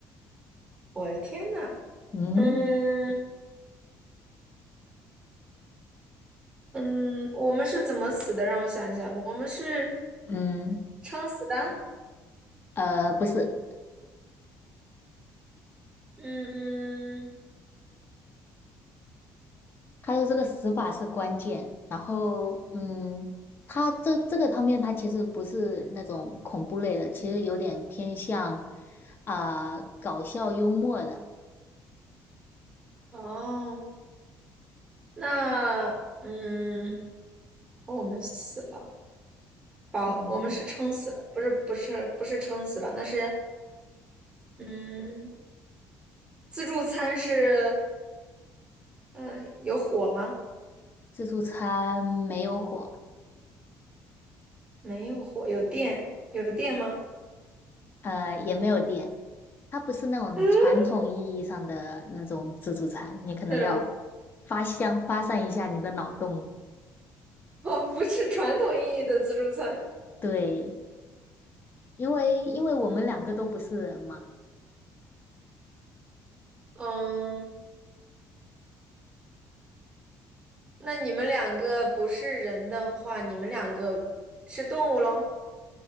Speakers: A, on the right (about 15°); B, on the left (about 35°).
A: 我的天呐，
B: 嗯
A: 嗯嗯，我们是怎么死的？让我想一想，我们是
B: 嗯，
A: 撑死的。
B: 呃，不是。
A: 嗯，
B: 他的这个死法是关键，然后嗯，他这这个方面他其实不是那种恐怖类的，其实有点偏向啊、搞笑幽默的。
A: 哦，那嗯。哦我们死了，饱，
B: 嗯，
A: 我们是撑死了，不是不是不是撑死了，那是嗯，自助餐是嗯呃有火吗？
B: 自助餐没有火，
A: 没有火，有电，有电吗？
B: 呃，也没有电，它不是那种传统意义上的那种自助餐，
A: <laughs> 嗯，
B: 你可能要
A: 那种
B: 发向发散一下你的脑洞了
A: 哦，不是传统意义的自助餐。
B: 对，因为因为我们两个都不是人嘛。
A: 嗯嗯，那你们两个不是人的话，你们两个是动物喽？